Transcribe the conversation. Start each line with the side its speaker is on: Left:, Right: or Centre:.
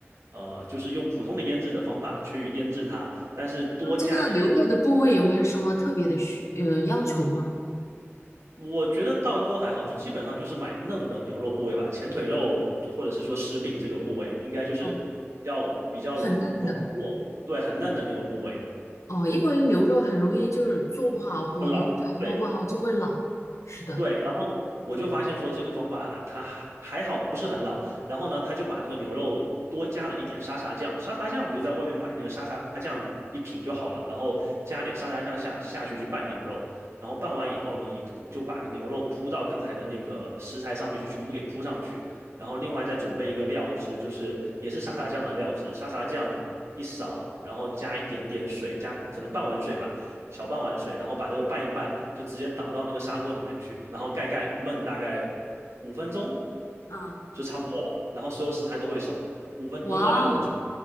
Right: 呃，就是用普通的腌制的方法去腌制它，但是多加的。
Left: 那这个牛肉的部位有没有什么特别的需呃要求吗？
Right: 一点。我觉得倒多还好，就基本上就是买嫩的牛肉部位吧，前腿肉或者是说食饼这个部位，应该就是要比较软糯，
Left: 哦，很嫩的
Right: 对，很嫩的那个部位，
Left: 哦，因为牛肉很容易就是做不好，火候掌握不好就会老。
Right: 不老。对
Left: 是的，
Right: 对，然后我就发现说这个方法它还还好不是很老，然后呢，他就把那个牛肉多加了一点沙茶酱，沙茶酱你就在外面买那个沙茶酱一瓶就好了，然后加点沙茶酱下下去去拌牛肉，然后拌完以后你就把牛肉铺到刚才的那个食材上面去，全部给铺上去，然后另外再准备一个料汁，就是也是沙茶酱的料汁，沙茶酱一勺，然后加一点点水，加可能半碗水吧。小半碗水，然后把这个拌一拌，就直接倒到那个砂锅里面去，然后盖盖焖大概五分钟
Left: 啊，
Right: 就差不多了。然后所有食材都会熟，五分钟到六分钟。
Left: 哇哦，